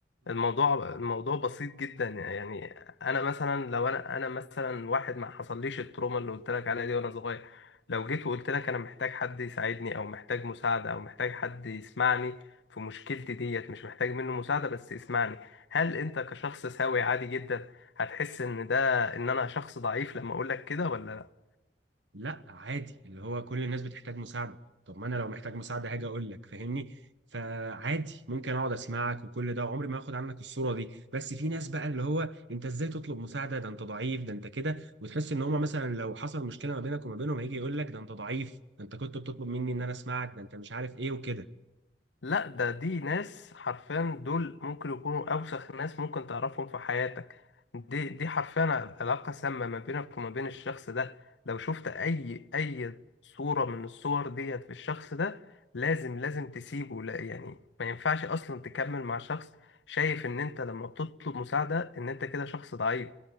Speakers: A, on the left; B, on the right.
A: الموضوع الموضوع بسيط جدا يعني انا مثلا لو انا انا مثلا واحد ما حصليش التروما اللي قلت لك عليها دي وانا صغير لو جيت وقلت لك انا محتاج حد يساعدني او محتاج مساعده او محتاج حد يسمعني في مشكلتي ديت مش محتاج منه مساعده بس يسمعني هل انت كشخص سوي عادي جدا هتحس ان ده ان انا شخص ضعيف لما اقول لك كده ولا لا
B: لا عادي اللي هو كل الناس بتحتاج مساعدة طب ما انا لو محتاج مساعدة هاجي اقول لك فاهمني فعادي ممكن اقعد اسمعك وكل ده عمري ما اخد عنك الصورة دي بس في ناس بقى اللي هو انت ازاي تطلب مساعدة ده انت ضعيف ده انت كده وتحس ان هما مثلا لو حصل مشكلة ما بينك وما بينهم هيجي يقول لك ده انت ضعيف ده انت كنت بتطلب مني ان انا اسمعك ده انت مش عارف ايه وكده
A: لا ده دي ناس حرفيا دول ممكن يكونوا أوسخ ناس ممكن تعرفهم في حياتك دي دي حرفيا علاقة سامة ما بينك وما بين الشخص ده لو شفت أي أي صورة من الصور ديت في الشخص ده لازم لازم تسيبه لا يعني ما ينفعش أصلا تكمل مع شخص شايف إن أنت لما بتطلب مساعدة إن أنت كده شخص ضعيف